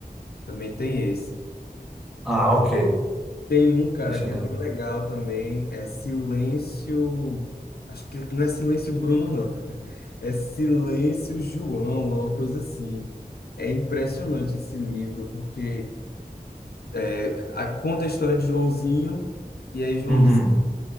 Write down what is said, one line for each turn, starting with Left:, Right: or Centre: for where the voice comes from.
Left: Também tem esse.
Centre: Ah, ok.
Left: Tem um, cara,
Centre: Deixa
Left: que
Centre: eu
Left: é
Centre: dar.
Left: bem
Centre: um.
Left: legal também. É Silêncio. Acho que não é Silêncio Bruno, não. <laughs> É Silêncio João, é uma coisa assim. É impressionante esse livro, porque É, a- conta a história de Joãozinho, e aí Joãozinho
Centre: Uhum.